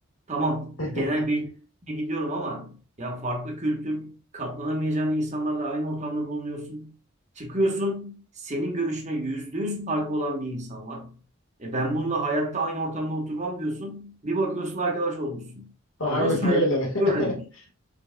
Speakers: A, on the right (about 35°); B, on the left (about 75°).
A: Tamam
B: <laughs>
A: genel bilgiye gidiyorum ama ya farklı kültür katlanamayacağın insanlarla aynı ortamda bulunuyorsun. Çıkıyorsun senin görüşüne yüzde yüz farkı olan bir insan var. E ben bununla hayatta aynı ortamda oturmam diyorsun. Bir bakıyorsun arkadaş olmuşsun.
B: Aynen
A: Ona saygı
B: öyle.
A: öğreniyorsun.
B: <laughs>